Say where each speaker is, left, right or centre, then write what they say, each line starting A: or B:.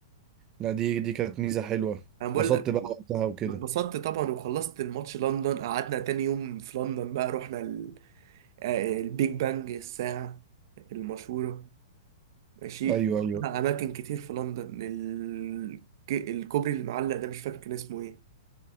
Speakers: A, on the right; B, on the right.
A: لا دي دي كانت ميزه حلوه
B: انا بقول
A: اتبسطت
B: لك
A: بقى وقتها وكده
B: اتبسطت طبعا وخلصت الماتش لندن قعدنا تاني يوم في لندن بقى رحنا ال- آه، البيج بانج الساعة المشهورة ماشي
A: ايوه ايوه
B: رحنا أماكن كتير في لندن ال- ك- الكوبري المعلق ده مش فاكر كان اسمه ايه